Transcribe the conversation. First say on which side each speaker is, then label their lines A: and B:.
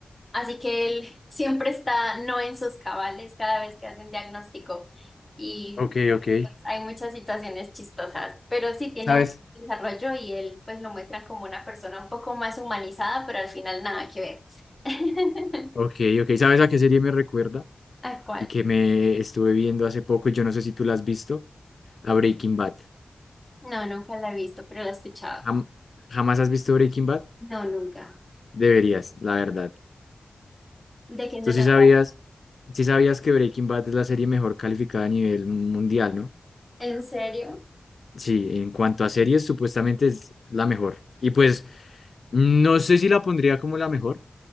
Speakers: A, on the left (about 20°); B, on the left (about 70°).
A: Así que él siempre está no en sus cabales cada vez que hacen diagnóstico y
B: Ok, ok.
A: pues, hay muchas situaciones chistosas, pero sí tiene
B: ¿Sabes?
A: un desarrollo y él pues lo muestra como una persona un poco más humanizada, pero al final nada que ver. <laughs>
B: Ok, ok, ¿sabes a qué serie me recuerda?
A: ¿A cuál?
B: Y que me estuve viendo hace poco, y yo no sé si tú la has visto, a Breaking Bad.
A: No, nunca la he visto, pero la he escuchado.
B: Jam- ¿Jamás has visto Breaking Bad?
A: No, nunca.
B: Deberías, la verdad.
A: ¿De quién
B: Tú
A: se
B: sí
A: trata?
B: sabías, sí sabías que Breaking Bad es la serie mejor calificada a nivel mundial, ¿no?
A: ¿En serio?
B: Sí, en cuanto a series, supuestamente es la mejor. Y pues, no sé si la pondría como la mejor,